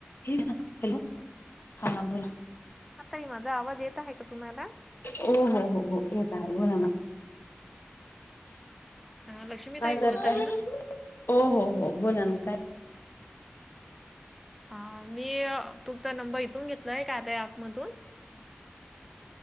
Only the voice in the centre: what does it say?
हा ताई माझा आवाज येत आहे का तुम्हाला
अ लक्ष्मी ताई
बोलत आहे ना
ह मी तुमचा नंबर इथून घेतलाय कार्या ॲपमधून